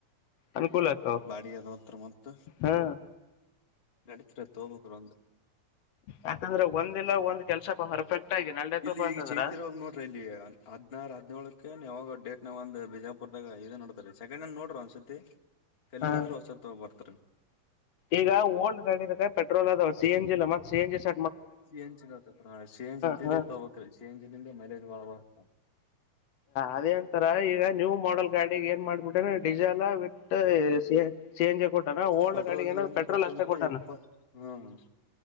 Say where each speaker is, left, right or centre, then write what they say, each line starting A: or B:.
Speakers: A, on the left; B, on the left.
A: ಅನುಕೂಲ ಆಗ್ತಾವ
B: ಬಾಡಿ ಅದ ಹತ್ರ ಮತ್ತ
A: ಹಾ
B: ನಡತ್ ತೋಬಕ್ರ ಒಂದು
A: ಯಾಕಂದ್ರೆ ಒಂದಿಲ್ಲ ಒಂದ್ ಕೆಲ್ಸ ಪರ್ಫೆಕ್ಟ್ ಆಗಿ ನಡೆತಪ್ಪ
B: ಇಲ್ಲಿ
A: ಅಂತಂದ್ರ
B: ಈಗ ಚೈತಿ ಇರವಾಗ ನೋಡ್ರಿ ಇಲ್ಲಿ ಹದ್ನಾರು ಹದ್ನೇಳಳಕ್ಕೆ ಯಾವಾಗ ಡೇಟ್ ನಾವ ಒಂದ್ ಬಿಜಾಪುರ್ದಾಗ ಇದ ನೋಡ್ದ ರ ಸೆಕೆಂಡ್ ಹಂಡ್ ನೋಡ್ರರು ಒನ್್ಸತಿ ಕಲ್ಲಿ
A: ಹಾ
B: ಅಂದ್ರೆ ಹೊಸ ತಗಬರ್ತರಿೀ
A: ಈಗ ಓಲ್ಡ್ ಗಾಡಿ ಅೆ ಪೆಟ್ರೋಲ್ ಅದಾವ ಸಿ ಎನ್ ಜಿ ಮತ್ತ ಸಿ ಎನ್ ಜಿ ಸ
B: ಸಿ ಎನ್ ಜಿ ಗಳ್ ತೋತರ ಸಿ ಎನ್ ಜಿ ಇದ್ದಿದೇ
A: ಹಾ
B: ಹೋಗಬೇಕು ಕಸಿ ಏನ್ ಜಿ ಲಿಂದೇ ಮೈಲಜ್ ಬಾಳ ಬರ್ತ್. ಹ
A: ಅದೇ ಅಂತಾರಾ ಈಗ ನ್ಯೂ ಮಾಡಲ್ ಗಾಡಿಗಿ. ಮಾಡ್ಬಿಟ್ಟೇ diesel with C N G ಬೀಟ್ಟಾನ ಓಲ್ಡ್
B: ಪೆಟ್ರೋಲ್
A: ಗಾಡಿ ಏನ
B: ಸಿ ಎನ್ ಜಿ
A: ಪೆಟ್ರೋಲ್
B: ಕೊಟ್ಟನ್ರಿ
A: ಅಷ್ಟೇ ಕೊಟ್ಟಾನ
B: ಇಪ್ಪತ್ ಹ್ಮ್